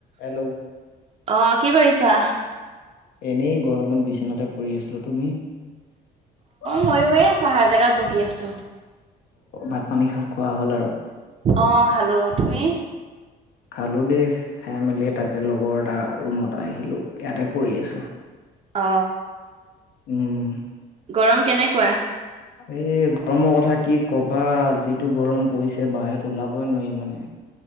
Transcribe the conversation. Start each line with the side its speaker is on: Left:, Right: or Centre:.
Left: হেল্ল'।
Right: অ কি কৰিছা।
Left: এনেই গৰমত বিচনাতে পৰি আছিলা তুমি। অ
Right: ময়ো এই চাহাৰ জেগাত বহি আছো
Left: ভাত পানী খা। খোৱা হ'ল আৰু।
Right: অ খালো তুমি।
Left: খালো দেই খাই মেলি তাকে লগৰ এটা ৰুমত আহিলো ইয়াতে পৰি আছো।
Right: অ।
Left: উম।
Right: গৰম কেনেকোৱা।
Left: এই গৰমৰ কথা কি কবা যিটো গৰম পৰিছে বাহিৰত ওলাবই নোৱাৰি মানে।